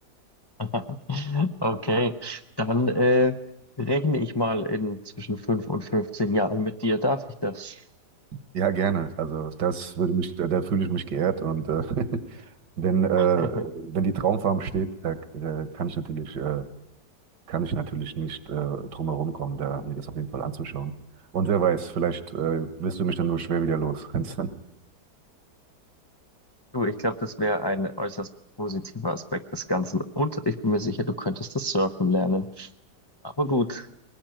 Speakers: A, on the left; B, on the right.
A: <laughs> Okay, dann äh, rechne ich mal in zwischen 5 und 15 Jahren mit dir. Darf ich das?
B: ja, gerne. Also das würde mich, da, da fühle ich mich geehrt und äh, <laughs> wenn, äh,
A: <laughs>
B: wenn die Traumfarm steht, da äh, kann ich natürlich äh, kann ich natürlich nicht äh, drum herum kommen, da mir das auf jeden Fall anzuschauen. Und wer weiß, vielleicht äh, wirst du mich dann nur schwer wieder los. wenn's dann-
A: Du, ich glaube, das wäre ein äußerst positiver Aspekt des Ganzen. Und ich bin mir sicher, du könntest das Surfen lernen. Aber gut,